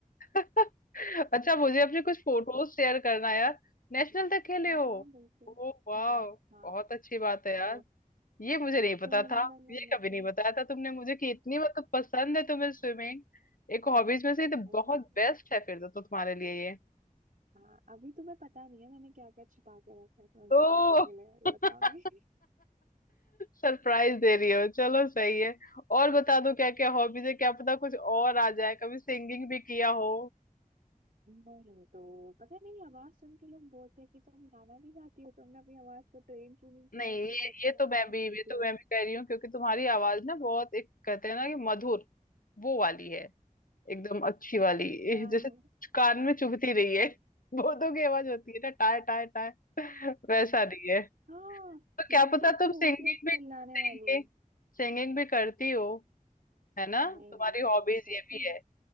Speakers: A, on the left; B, on the right.
A: <laughs> अच्छा मुझे अपने कुछ फोटोज शेयर करना यार नेशनल तक खेले
B: हाँ
A: हो
B: हाँ बिल्कुल
A: ओ वाह
B: हाँ हाँ
A: बहुत अच्छी बात
B: हाँ, तो
A: है यार ये मुझे नहीं पता
B: तो
A: था
B: मतलब मैंने
A: ये कभी
B: तो
A: नहीं बताया था तुमने मुझे कि इतनी मतलब पसंद है तुम्हें स्विमिंग एक हॉबीज में से ये तो
B: अभी
A: बहुत बेस्ट है फिर तो, तो तुम्हारे लिए ये
B: हाँ अभी तुम्हें पता नहीं है मैंने क्या क्या छिपा के रखा है तुम्हें
A: तो
B: बताने के लिए
A: <laughs>
B: बताऊंगी
A: सरप्राइज दे रही हो चलो सही है और बता दो क्या क्या हॉबीज है क्या पता कुछ और आ जाए कभी सिंगिंग भी किया हो
B: नहीं तो पता नहीं आवाज सुन के लोग बोलते हैं कि तुम गाना भी गाती हो तुमने अपनी आवाज को ट्रेन क्यों नहीं किया
A: नहीं
B: है तुम
A: ये
B: तो अच्छा
A: ये
B: गाना
A: तो मैं
B: गा
A: भी
B: सकती
A: ये तो
B: हो
A: मैं भी कह रही हूँ क्योंकि तुम्हारी आवाज ना बहुत एक कहते हैं ना कि मधुर वो वाली है एकदम अच्छी वाली ये
B: गाने
A: जैसे कान में चुभती रही है <laughs> भूतों की आवाज होती है ना टाय टाय टाय वैसा नहीं है
B: हाँ
A: तो क्या
B: लड़कियों
A: पता
B: की
A: तुम
B: होती
A: सिंगिंग
B: है चिल्लाने
A: भी
B: वाली
A: सिंगिंग सिंगिंग भी करती हो है ना
B: मैं
A: तुम्हारी
B: नहीं सिंगिंग
A: हॉबीज
B: नहीं करती
A: ये भी है